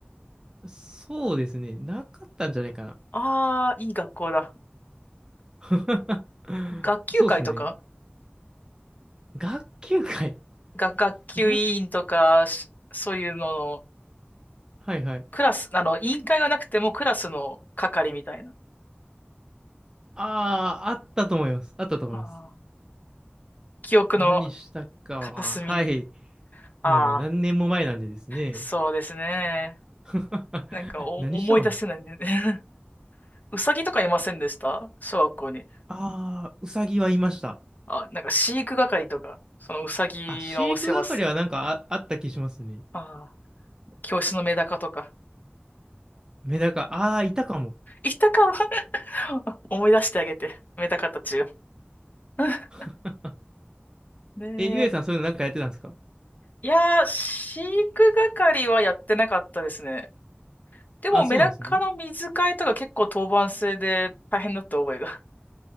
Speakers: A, on the right; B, on the left.
A: そうですね。なかったんじゃないかな。
B: ああ、いい学校だ。
A: <laughs>
B: 学級会とか、
A: そうですね。学級会。
B: が、学級委員とか、
A: 学、
B: しそういうのの、
A: はいはい。
B: クラス、あの、委員会がなくてもクラスの係みたいな。
A: ああ、あったと思います。あったと思います。
B: あー記憶の
A: 何したかは、
B: 片隅に。
A: はい。
B: ああ、
A: もう何年も前なんでですね。
B: そうですね。
A: <laughs>
B: なんかお思い出せないんだよね。
A: 何したかな
B: <laughs> うさぎとかいませんでした小学校に。
A: ああうさぎはいました。
B: あ、なんか飼育係とか、そのうさぎのお世話する。
A: あ、飼育係はなんかあ、あった気しますね。
B: ああ、教室のメダカとか。
A: メダカ、ああ、いたかも。
B: いたかも <laughs> 思い出してあげて、メダカたちを。<laughs>
A: <laughs>
B: ねえ。
A: え、ゆえさんそういうのなんかやってたんですか
B: いやー、飼育係はやってなかったですね。でもメダカの水替えとか結構当番制で大変だった覚えが。
A: あ、そうなんですね。